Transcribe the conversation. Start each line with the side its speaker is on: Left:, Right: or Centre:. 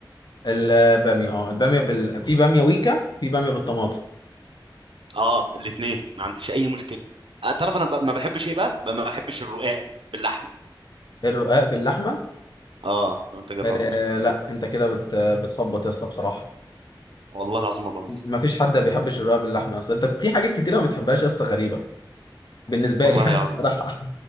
Left: الباميه اه الباميه بال... في باميه ويكا في باميه بالطماطم
Right: اه الاثنين ما عنديش اي مشكله آه، تعرف انا ب- ما بحبش ايه بقى ب- ما بحبش الرقاق باللحمه
Left: الرقاق باللحمه
Right: اه لو انت جربت
Left: آه لا انت كده بت... بتخبط يا اسطى بصراحه
Right: والله العظيم ما بهزر
Left: مفيش حد ما بيحبش الرقاق باللحمه اصلا انت في حاجات كتيره ما بتحبهاش يا اسطى غريبه بالنسبه
Right: والله
Left: لي <laughs> يعني
Right: العظيم
Left: بصراحه